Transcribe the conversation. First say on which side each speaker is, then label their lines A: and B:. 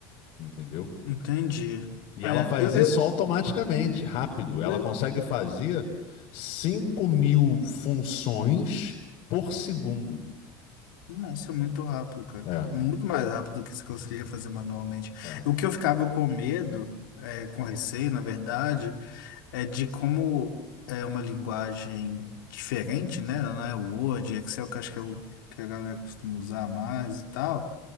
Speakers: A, on the left; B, on the left.
A: entendeu?
B: entendi.
A: E
B: É,
A: ela faz
B: eu, eu...
A: isso automaticamente, rápido. Ela
B: pois-
A: consegue fazer cinco mil funções por segundo.
B: Nossa, é muito rápido, cara.
A: É,
B: Muito mais rápido do que você conseguiria fazer manualmente.
A: é.
B: O que eu ficava com medo, é, com receio, na verdade, é de como é uma linguagem diferente, né? Não é o Word, Excel, que acho que é o que a galera costuma usar mais e tal.